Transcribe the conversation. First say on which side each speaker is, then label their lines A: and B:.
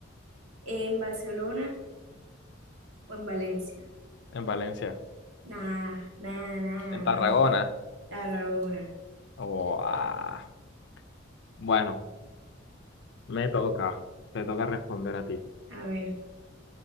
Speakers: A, on the right; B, on the left.
A: en Barcelona o en Valencia?
B: en Valencia.
A: Nada, nada, nada,
B: En
A: nada.
B: Tarragona.
A: Tarragona.
B: Oh, ah. Bueno, me toca. Te toca responder a ti.
A: A ver.